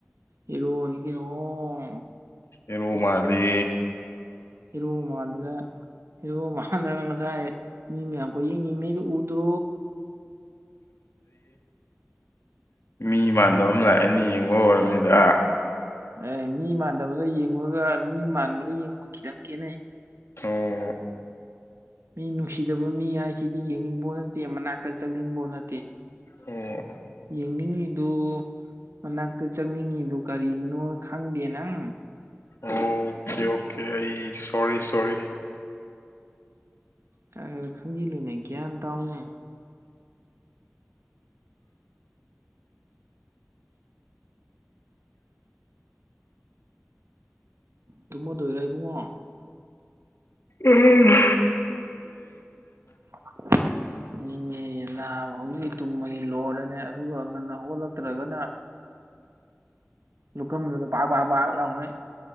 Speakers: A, on the right (about 70°); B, on the left (about 70°).
A: ꯍꯔꯣ ꯅ ꯑꯣ
B: ꯑꯦꯔ ꯃꯥꯗꯤ
A: ꯏꯃꯗꯂ ꯍꯣ ꯃꯈꯥꯟꯗꯥꯅ ꯉꯁꯥꯏ ꯃꯤ ꯃꯌꯥꯝ ꯀ ꯌꯦ ꯌꯦꯡꯅꯩꯗꯨꯣ ꯎꯗ꯭ꯔꯣ
B: ꯃꯤ ꯃꯥꯟꯗ ꯑꯃ ꯂꯥꯛꯑꯅꯤ ꯌꯦꯡꯉꯣ ꯑꯣꯏꯔꯅꯤꯗ
A: ꯑꯦ ꯃꯤ ꯃꯥꯟꯗꯕꯗ ꯌꯦꯡꯉꯒ ꯃꯤ ꯃꯥꯟꯕꯗ ꯌꯦꯡꯕ ꯈꯤꯇꯪ ꯈꯦꯠꯅꯩ
B: ꯊ
A: ꯃꯤ ꯅꯨꯡꯁꯤꯗꯕ ꯃꯤ ꯍꯥꯏꯁꯤꯗꯤ ꯌꯦꯡꯅꯤꯡꯕ ꯅꯠꯇꯦ ꯃꯅꯥꯛꯇ ꯆꯠꯅꯤꯡꯕ ꯅꯠꯇꯦ
B: ꯑꯣ
A: ꯌꯦꯡꯅꯤꯡꯉꯤꯗꯨꯣ ꯃꯅꯥꯛꯇ ꯆꯪꯅꯤꯡꯉꯤꯗꯨ ꯀꯔꯤꯒꯤꯅꯣ ꯈꯪꯗꯦ ꯅꯪ
B: ꯑꯣꯀꯦ ꯑꯣꯀꯦ ꯑꯩ ꯁꯣꯔꯤ ꯁꯣꯔꯤ
A: ꯈꯔ ꯈꯔ ꯈꯪꯖꯤꯜꯂꯨꯅꯦ ꯒ꯭ꯌꯥꯟ ꯇꯧꯅꯦ ꯇꯨꯝꯃꯗꯣꯏꯔ ꯏꯕꯨꯡꯉꯣ
B: ꯎꯝꯦ
A: <unintelligible> ꯎ ꯅꯤꯡꯉꯦ ꯅꯥꯕ ꯍꯧꯖꯤꯛꯇꯤꯛ ꯇꯨꯝꯃꯗꯤ ꯂꯣꯏꯔꯅꯦ ꯑꯗꯨꯒ ꯉꯟꯅ ꯍꯧꯒꯠꯂꯛꯇ꯭ꯔꯒꯅ ꯂꯨꯔ ꯂꯅꯦ